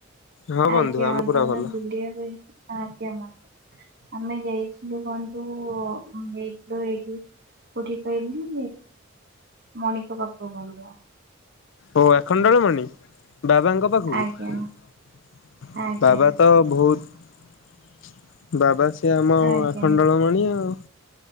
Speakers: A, on the left; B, on the right.
A: ହଁ
B: ଆ
A: ବନ୍ଧୁ
B: କମ
A: ଆମେ ପୁରା
B: ତମେ
A: ଭଲ।
B: ଭୁଲି ଭ ଆ କ ଆମେ ଯାଇଥିଲୁ କନ୍ତୁ ଯାଇଥିଲୁ ଏଇଠି କୋଉଠି କହିଲି ମଣିକ ପାଖକୁ କଣନ୍ତୁ
A: ଓ ଏଣ ଡାଳ ମଣି ବାବାଙ୍କ ପାଖକୁ
B: ଆଜ୍ଞା ଆଜ୍ଞା
A: ବାବା ତ ବହୁତ ବାବା ସେ ଆମ
B: ଆଜ୍ଞା
A: ଆଖଣ୍ଡଳମାଣି ଆଉ